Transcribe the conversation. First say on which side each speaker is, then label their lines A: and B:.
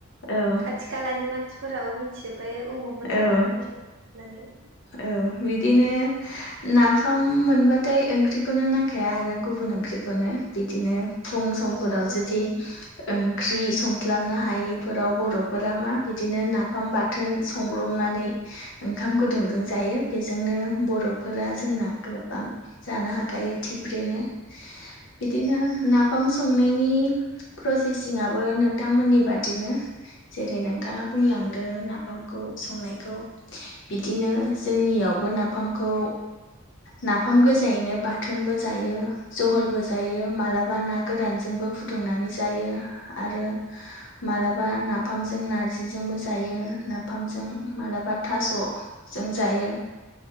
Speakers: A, on the left; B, on the right.
A: औ
B: खाथि खालानि मानसिफोराबो मिथिजोबखायो उमुग मोनहा
A: औ
B: नाफाम संदों होननानै
A: औ बिदिनो नाफाम मोनबाथाय ओंख्रिखौनो नांखाया आरो गुबुन ओंख्रिखौनो बिदिनो फुं समफोराव
B: औ नंगौ
A: जुदि
B: नोंथां
A: ओंख्रि संस्लाबनो हायैफोराव बर'फोरा मा बिदिनो नाफाम बाथोन संब्रबनानै ओंखाम गुदुंजों जायो बेजोंनो बर'फोरा जोंना गोबां जानो हाखायो थिब्रेनो बिदिनो नाफाम संनायनि प्रसेसिङाबो नोंथांमोननि बादिनो जेरै नोंथाङा बुंलांदों नाफाम खौ संनायखौ बिदिनो जोंनियावबो नाफामखौ नाफाम गोजायैनो बाथोनबो जायो। जहलबो जायो मालाबा ना गोरानजोंबो फुदुंनानै जायो आरो
B: औ
A: मालाबा नाफामजों नारजिजोंबो जायो नाफामजों मालाबा थास'जों जायो।